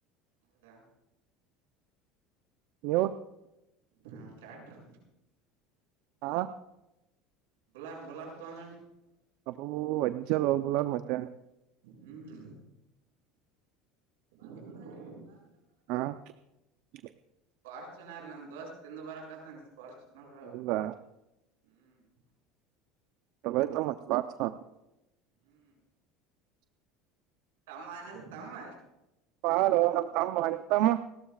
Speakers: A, on the right; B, on the right.
A: ಹೌದಾ?
B: ನೀವು.
A: ಹಾ ಟ್ಯಾಕ್ಟ್ರ...
B: ಹಾ...
A: ಬಲರ್ ಬುಲರ್ ತಾನ...
B: ಅಪ್ಪ ವಜ ಲೋಬುಲ್ಲು ಮತ್ತೆ....
A: ಹ್ಮ್... ಹ <inaudible>
B: ಹಾ <inaudible>
A: ಸ್ಪಾರ್ಚುನರ್ ನಮ್ ದೋಸ್ ತಿಿಂದ ಬರಕತ್ತನ ಸ್ಪಾರ್ಚುನರ್ ಒಳ...
B: ಹೌದಾ
A: ಹ್ಮ್ <inaudible>
B: ತೇ ತ ಮ ಪಾರ್ಸ್ <inaudible>
A: ಹ್ಮ್ ತಮ್ಮ ಆನಲ್ಲ ತಮ್ಮ...
B: ಹಾ ಕಮ್ಮ ಮಾಡ ನಿತಮ್ಮ...